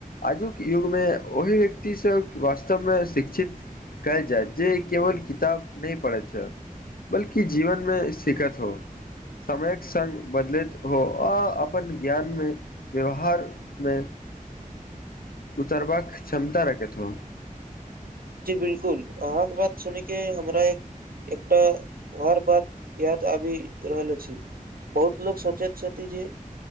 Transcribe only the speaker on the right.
जी बिलकुल अहाँके बात सुनै के हमरा एक एकटा वार बात याद आबि रहल अछि बहुत लोको सोचैत छथि जे